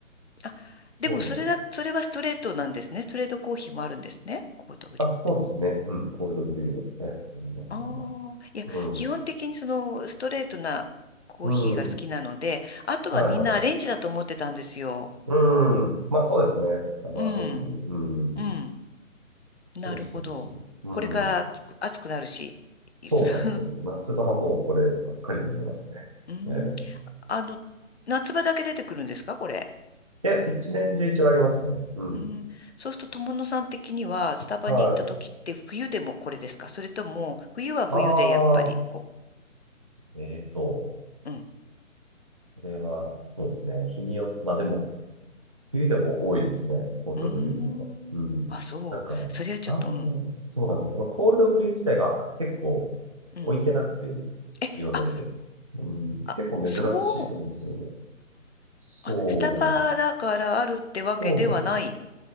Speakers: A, on the left (about 55°); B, on the right (about 25°).
A: あ、
B: そうなんです
A: でも、それだ、それはストレートなんですね。ストレートコーヒーもあるんですね。コールドブリュー。
B: あ、そうですね。うん。コールドブリュー。え、あります、
A: あ
B: あります。
A: あ、いや、
B: うん。
A: 基本的にそのストレートなコーヒーが好きなので、
B: うん。
A: あとはみんなアレンジだと思ってたんですよ。
B: はいはい。うん。まあそうですね。スタバは特に。
A: うん、
B: うん。
A: うん、なるほど。
B: そうそうそう。うん。
A: これから暑く、暑くなるし。いす
B: そうなんですよ。
A: <laughs>
B: 夏場はもうこればっかり飲んでますね。
A: うん、
B: えー、い
A: あの、夏場だけ出てくるんですか、これ。
B: や、一年中一応ありますね。うん。
A: うん、そうすると友野さん的にはスタバに行った時って冬でもこれですかそれとも冬は冬でやっぱりこ
B: はい。ああ、えーと、
A: う。うん。
B: それは、そうですね。日によ、まあでも、冬でも多いですね、コールドブリューの方が。
A: うーん。
B: うん。
A: あ、そう。
B: なんか、
A: それはちょっと、
B: ああ、
A: うん。
B: そうなんですよ。まあコールドブリュー自体が結構
A: うん。
B: 置いてなくて、
A: え、
B: いろんな店。
A: あ、
B: うん、
A: あ、
B: 結構珍しいと思うんですよ。
A: そう。
B: そう。
A: あ、スタバだからあるってわけではない。
B: そうそうそ